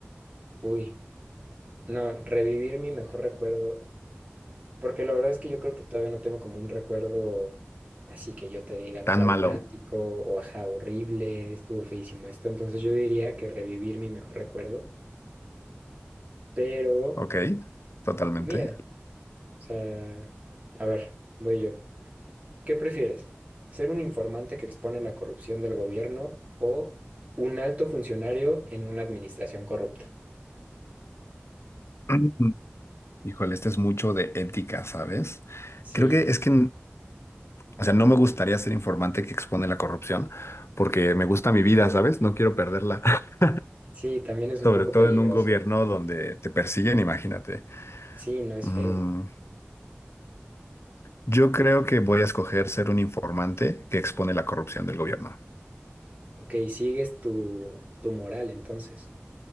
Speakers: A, on the right; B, on the left.
A: uy, no, revivir mi mejor recuerdo, porque la verdad es que yo creo que todavía no tengo como un recuerdo así que yo te diga
B: Tan
A: traumático
B: malo.
A: o ajá, horrible, estuvo feísimo esto. Entonces yo diría que revivir mi mejor recuerdo, pero,
B: Ok, totalmente.
A: y mira, o sea, a ver, voy yo. ¿Qué prefieres? ¿Ser un informante que expone la corrupción del gobierno o un alto funcionario en una administración corrupta?
B: <clears throat> Híjole, este es mucho de ética, ¿sabes?
A: Sí,
B: Creo que es que, o sea, no me gustaría ser informante que expone la corrupción, porque me gusta mi vida, ¿sabes? No quiero perderla, <laughs>
A: sí, también es un
B: sobre
A: poco
B: todo
A: peligroso.
B: en un gobierno donde te persiguen, imagínate.
A: Sí, no es
B: Mm,
A: feo.
B: yo creo que voy a escoger ser un informante que expone la corrupción del gobierno.
A: Ok, sigues tu, tu moral entonces.